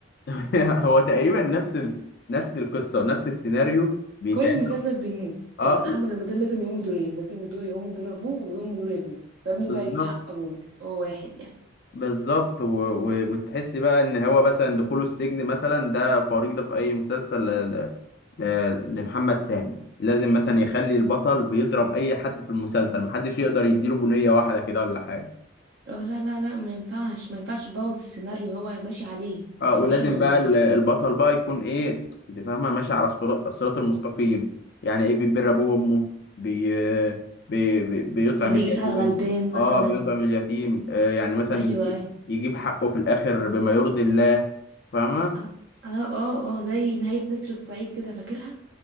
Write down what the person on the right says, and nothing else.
كل مسلسل
بيموت
يعني محمد
رمضان لازم يقوم بدورين لازم يدو- يقوم بدور ابوه ويقوم بدور ابنه فابنه
بقى يجيب حق ابوه هو واحد يعني
اه لا لا لا ما ينفعش ما ينفعش يبوظ السيناريو هو ماشي عليه
ما
يقدرش يغيره
ما بيجيش
على الغلبان مثلا
ايوه
ايوه
اه اه اه آه، زي نهاية نسر الصعيد كده فاكرها